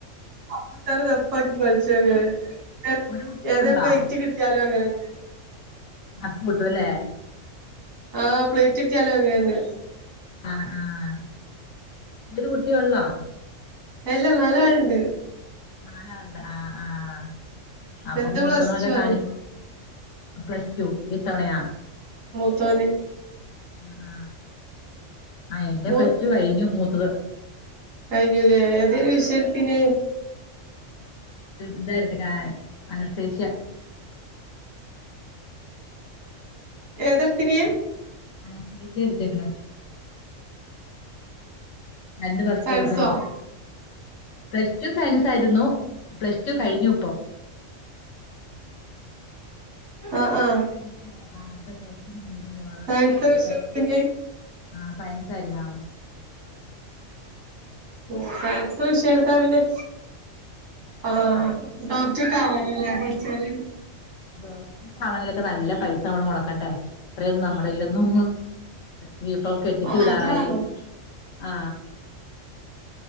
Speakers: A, on the right (about 85°); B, on the left (about 75°).
A: <unintelligible>
B: ഇത് ഒരു കുട്ടിയെ
A: ഏതേം
B: ഉള്ളോ
A: പ്ലേറ്റ് കിട്ടിയാലും അങ്ങനന്നെ
B: ശ്വാസം മുട്ടുവല്ലേ
A: ആഹ് പ്ലേറ്റ് കിട്ടിയാലും അങ്ങനന്നെയാണ്
B: ആഹ് ആഹ് ഇതൊരു കുട്ടിയൊള്ളോ
A: എല്ല നാലാള്ണ്ട്
B: നാലാൾണ്ട് ആഹ് ആഹ്. അപ്പൊ
A: വലുത്
B: മൂത്തങ്ങളൊക്കെ
A: പ്ലസ് ടു ആണ്
B: കാണി പ്ലസ് ടു ഇത്തവണയോ?
A: ത്തോന്.
B: ആ ആ ആ ആ എന്റെ
A: മൂ
B: പ്ലസ് ടു കഴിഞ്ഞു മൂ ത്തത്.
A: കഴിഞ്ഞുലേ ഏതെനി വിഷയം എടുത്തീനിയ്.
B: ഇതാ എടുത്തെ കാ അനസ്തേഷ്യ.
A: ഏതാഇടത്ത്തീനിയെ?
B: അനസ്തേഷ്യ എടുത്തേക്ക്ണെ. രണ്ട് വർഷത്തെ
A: സയൻസോ
B: ഏഹ് പ്ലസ് ടു സയൻസ് സായിരുന്നു പ്ലസ് ടു കഴിഞ്ഞു ഇപ്പം.
A: ആഹ്
B: പ്ലസ്
A: ആഹ്
B: ടു കഴിഞ്ഞിട്ട് ആദ്യത്തെ കോച്ചിങ്ന് ഇവടുന്ന് പോണത്
A: സയൻസ്
B: അടുത്ത
A: വിഷയെടുത്തീന്
B: ആ സയൻസ് ആയിരുന്നോ?
A: ഉം സയൻസ് വിഷയെടുത്താ പിന്നെ ഓ ഡോക്ടറ്റക്കെ ആവലല്ലേ പട്‌ച്ചാല്.
B: ബാപ്പി ആണെങ്കിലൊക്കെ നല്ല പൈസ നമ്മള് മുടക്ക ക്കണ്ടേ അത്രയും നമ്മുടെ കൈലൊന്നും ഇനീപ്പം കെട്ടിച്ചു
A: ആഹ്
B: വിടാറായി
A: അത് വേണം
B: ആ.